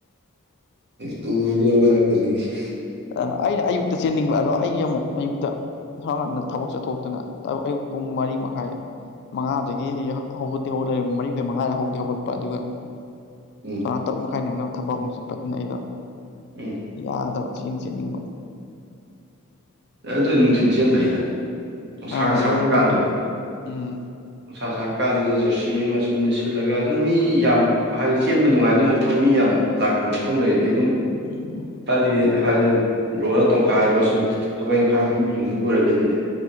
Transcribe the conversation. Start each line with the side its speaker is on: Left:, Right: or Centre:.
Right: ꯇꯨꯒꯤꯕꯗꯒꯤ ꯍꯧ꯫ ꯄꯣꯂꯛꯇꯅꯤ ꯏꯁ꯫
Left: ꯑ ꯑꯩꯅ ꯑꯌꯨꯛꯇ ꯆꯦꯟꯅꯤꯡꯕ ꯑꯗꯣ ꯑꯩꯒꯤ ꯑꯃꯨꯛ ꯑꯌꯨꯛꯇ꯫ ꯉꯔ ꯉꯟꯅ ꯊꯕꯛ ꯆꯠꯊꯣꯛꯇꯅ ꯑꯌꯨꯛ ꯄꯨꯡ ꯃꯔꯤ ꯃꯈꯥꯏ꯫ ꯃꯉꯥꯗꯒꯤ ꯑꯩ ꯍꯧ ꯍꯧꯒꯠꯇꯤ ꯍꯧꯒꯠꯂꯛꯦ ꯃꯔꯤꯈꯥꯏ ꯃꯉꯥꯗ ꯍꯧꯗꯤ ꯍꯧꯒꯠꯂꯛꯄ ꯑꯗꯨꯒ꯫
Right: ꯎꯝ
Left: ꯆꯥꯎꯥ ꯇꯔꯨꯛ ꯃꯈꯥꯏ ꯅꯪꯅꯕ ꯊꯕꯛ ꯑꯃꯨꯛ ꯆꯠꯄꯗꯨꯅ ꯑꯩꯒ
Right: ꯎꯝ
Left: ꯌꯥꯗꯕ ꯆꯦꯟꯗꯤ ꯆꯦꯟꯅꯤꯡꯕ꯫
Right: ꯑꯗꯨ ꯅꯨꯡꯊꯤꯟ ꯆꯦꯟꯕꯩꯅꯤꯗ ꯅꯨꯡꯁꯥꯒ
Left: ꯑꯥ ꯑꯗꯨꯅꯦ
Right: ꯁꯥꯔꯛꯄ
Left: ꯅꯨꯡꯊꯤꯟꯗ
Right: ꯀꯥꯟꯗꯣ꯫
Left: ꯎꯝ
Right: ꯅꯨꯡꯁꯥ ꯁꯔꯀꯥꯟꯗꯨꯗ ꯖꯔꯁꯤ ꯑꯃ ꯁꯨꯝ ꯂꯤꯠꯁꯤꯜꯂꯒ ꯑꯗꯨꯝ ꯃꯤ ꯌꯥꯝ ꯍꯥꯏꯗꯤ ꯆꯦꯟꯕ ꯅꯨꯡꯉꯥꯏꯗꯕ ꯃꯐꯝ ꯃꯤ ꯌꯥꯝ ꯂꯥꯛꯇꯕ ꯃꯐꯝ ꯂꯩꯔꯗꯤ ꯑꯗꯨꯝ
Left: ꯎꯝ
Right: ꯍꯥꯏꯗꯤ ꯍꯥꯏꯗꯤ ꯕ꯭ꯔꯣꯅ ꯇꯣꯡꯈꯥꯏꯕ ꯁꯨꯝ ꯊꯕꯛ ꯏꯪꯈꯥꯡ ꯁꯨꯝ ꯌꯦꯡꯅꯤꯡꯕ ꯑꯣꯏꯔꯒꯗꯤꯅꯦ